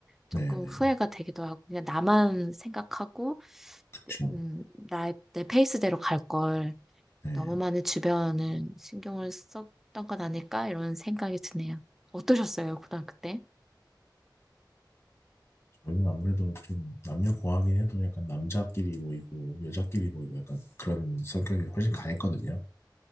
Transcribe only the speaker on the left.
네네네.
그쵸.
네.
저희는 아무래도 좀 남녀 공학이 해도 약간 남자끼리 모이고 여자끼리 모이고 약간 그런 성격이 훨씬 강했거든요.